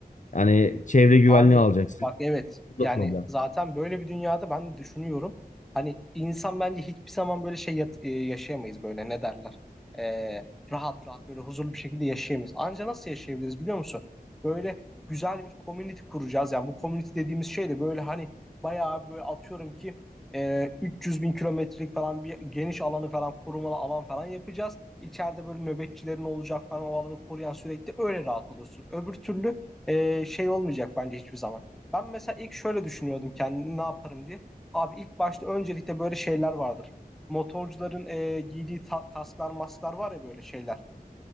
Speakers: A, on the left (about 50°); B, in the centre.
A: Yani çevre güvenliği
B: Abi
A: alacaksın.
B: bak evet
A: Bu
B: yani
A: da problem.
B: zaten böyle bir dünyada ben düşünüyorum. Hani insan bence hiçbir zaman böyle şey yat- e, yaşayamayız böyle ne derler. Ee, rahat rahat böyle huzurlu bir şekilde yaşayamayız. Anca nasıl yaşayabiliriz biliyor musun? Böyle güzel bir community kuracağız. Yani bu community dediğimiz şey de böyle hani bayağı böyle atıyorum ki e, 300 bin kilometrelik falan bir geniş alanı falan korumalı alan falan yapacağız. İçeride böyle nöbetçilerin olacak falan o alanı koruyan sürekli öyle rahat olursun. Öbür türlü e, şey olmayacak bence hiçbir zaman. Ben mesela ilk şöyle düşünüyordum kendimi ne yaparım diye. Abi ilk başta öncelikle böyle şeyler vardır. Motorcuların e, giydiği ta- kasklar masklar var ya böyle şeyler